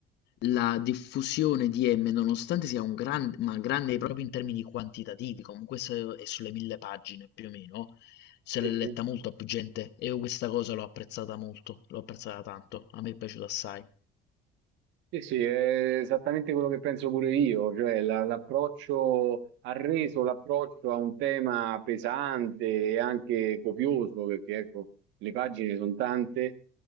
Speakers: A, on the left; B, on the right.
A: la diffusione di M, nonostante sia un grande, ma grande proprio in termini quantitativi, comunque se- è sulle 1000 pagine più o meno, se
B: Sì,
A: l'è letta
B: sì.
A: molto a più gente e io questa cosa l'ho apprezzata molto, l'ho apprezzata tanto, a me è piaciuta assai.
B: Sì, sì, è esattamente quello che penso pure io, cioè la- l'approccio ha reso l'approccio a un tema pesante e anche copioso, perché ecco, le pagine sono tante,